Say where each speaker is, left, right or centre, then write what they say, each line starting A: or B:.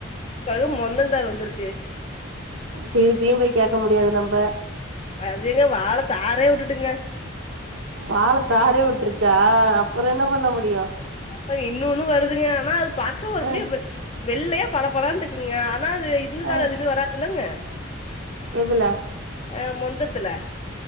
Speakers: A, on the left; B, on the right.
A: பாருங்க மொந்தந்தார் வந்துருக்கு
B: திருப்பியு போய் கேக்க முடியாது நம்ப
A: அது எங்க வாழை தாரே உட்டுட்டுங்க
B: வாழத்தாரே உட்ருச்சா அப்பற என்ன பண்ண முடியு
A: ஆமா இன்னொன்னு வருதுங்க ஆனா அது பாக்க ஒரு
B: அ
A: முடிய வெ வெள்ளையா பளபளன்டு இருக்குங்க ஆனா அது இந்த தாரு
B: அ
A: அதுமே வராதுல்லங்க
B: எதுல
A: அ மொந்தத்துல